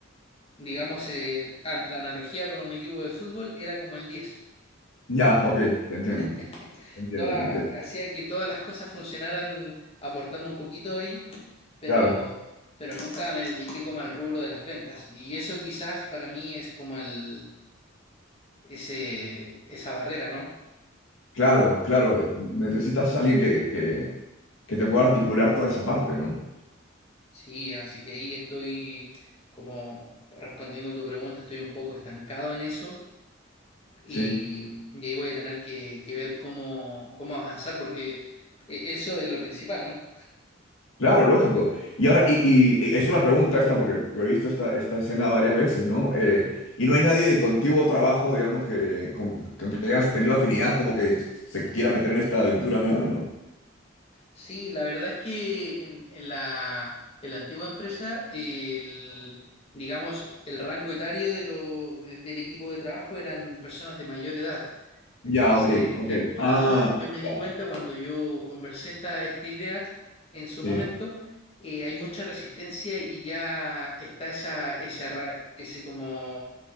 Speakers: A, on the left; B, on the left.
A: digamos, el- ah, la analogía con un equipo de fútbol era como el diez
B: Ya, ok, te entiendo.
A: <laughs>
B: Te entiendo,
A: Toda-
B: te entiendo.
A: hacía que todas las cosas funcionaran aportando un poquito ahí, pero,
B: Claro.
A: pero nunca me dediqué como al rubro de las ventas. Y eso quizás para mí es como el, ese, esa barrera, ¿no?
B: Claro, claro, eh, necesitas a alguien que, que, que te pueda articular toda esa parte, ¿no?
A: Sí, así que ahí estoy como respondiendo tu pregunta, estoy un poco estancado en eso y,
B: Sí,
A: y ahí voy a tener que, que ver cómo, cómo avanzar porque e- eso es lo principal, ¿no?
B: claro, lógico. Y ahora, y, y- y es una pregunta esta, porque he visto esta, esta escena varias veces, ¿no? Eh, y no hay nadie de tu antiguo trabajo, digamos, que con, con que hayas tenido afinidad, como que se quiera meter en esta aventura nueva, ¿no?
A: Sí, la verdad es que en, en la, en la antigua empresa, el, digamos, el rango etario de lo- de- del equipo de trabajo eran personas de mayor edad. Entonces,
B: Ya, ok, ok.
A: ¿qué, qué
B: Ah,
A: pasó? Yo me
B: claro,
A: di cuenta cuando yo conversé esta, esta idea en su
B: sí.
A: momento, eh, hay mucha resistencia y ya está esa, esa ra- ese como